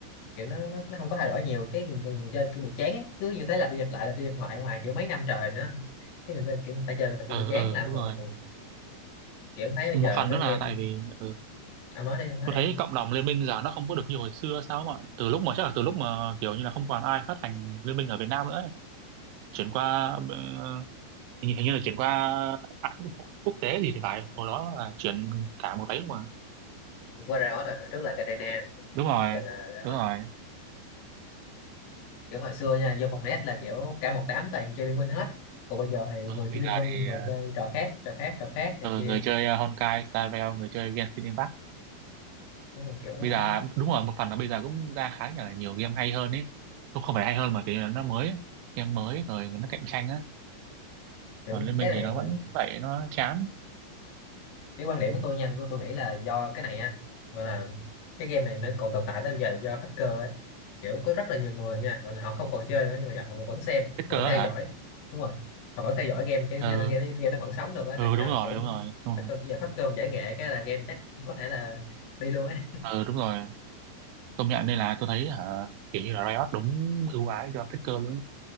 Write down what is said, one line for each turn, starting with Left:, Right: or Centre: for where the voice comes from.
Left: kiểu nó, nó nó không có thay đổi nhiều cái người, người chơi kiểu bị chán ấy. cứ như thế lặp đi lặp lại lặp đi lặp lại hoài kiểu mấy năm trời nữa cái người chơi kiểu người ta chơi người ta cũng
Right: ừ
Left: bị chán
Right: ừ
Left: làm
Right: đúng
Left: rồi
Right: rồi
Left: ừ. kiểu thấy bây
Right: một
Left: giờ
Right: phần
Left: cái
Right: nữa là
Left: game
Right: tại vì ừ.
Left: ông nói đi ông nói
Right: tôi
Left: đi
Right: thấy cộng đồng Liên Minh giờ nó không có được như hồi xưa sao mà từ lúc mà chắc là từ lúc mà kiểu như là không còn ai phát hành Liên Minh ở Việt Nam nữa ấy. chuyển qua ờ, hình, hình như là chuyển qua à, quốc, quốc tế gì thì phải hồi đó là chuyển cả một ấy mà
Left: qua Riot rồi hồi trước là Katarina
Right: đúng rồi
Left: giờ là Riot
Right: đúng rồi
Left: kiểu hồi xưa nha vô phòng net là kiểu cả một đám toàn chơi liên minh hết còn bây giờ thì người
Right: bây
Left: chơi liên
Right: giờ
Left: minh
Right: thì
Left: người
Right: ờ,
Left: chơi trò khác trò khác trò khác này
Right: ờ,
Left: kia
Right: người chơi ờ, Honkai Star Rail người chơi Genshin Impact
Left: đúng rồi kiểu nó
Right: bây giờ đúng rồi một phần là bây giờ cũng ra khá là nhiều game hay hơn ấy cũng không phải hay hơn mà kiểu như là nó mới ấy. game mới rồi nó cạnh tranh á
Left: kiểu
Right: còn Liên Minh
Left: cái này
Right: thì nó
Left: mà
Right: vẫn vậy nó chán
Left: cái quan điểm của tôi nha tôi tôi nghĩ là do cái này á gọi là cái game này nó còn tồn tại tới bây giờ do hacker ấy kiểu có rất là nhiều người nha gọi là họ không còn chơi nữa nhưng mà giờ họ vẫn xem
Right: hết
Left: vẫn
Right: cơ
Left: theo
Right: á
Left: dõi
Right: hả
Left: đúng rồi họ vẫn theo dõi game cái
Right: ừ
Left: nên game, game nó vẫn sống được á
Right: ừ
Left: là nhờ
Right: đúng rồi
Left: kiểu
Right: đúng rồi đúng
Left: hacker
Right: rồi
Left: bây giờ hacker giải nghệ cái là game chắc có thể là đi luôn ấy
Right: ừ đúng rồi công nhận đây là tôi thấy hả kiểu như là Riot đúng ưu ái cho Faker luôn ấy.